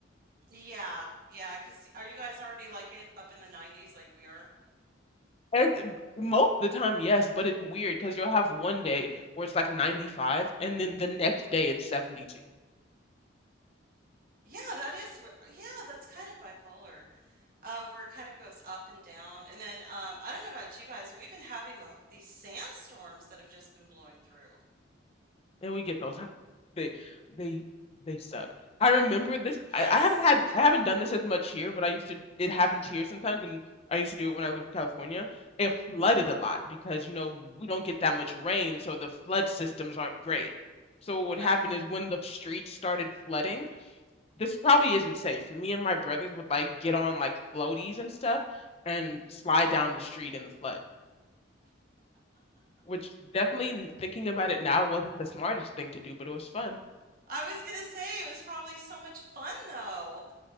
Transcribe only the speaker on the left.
And most of the time, yes, but it's weird because you'll have one day where it's like 95, and then the next day it's 72.
And we get those. <laughs> They, they, they suck. I remember this.
I, I haven't had, I haven't done this as much here, but I used to, it happens here sometimes, and I used to do it when I lived in California. It flooded a lot because, you know, we don't get that much rain, so the flood systems aren't great. So what would
happen is when the streets started flooding, this probably isn't safe. Me and my brothers would like get on like floaties and stuff and slide down the street in the flood, which definitely n- thinking about it now wasn't the smartest thing to do, but it was fun.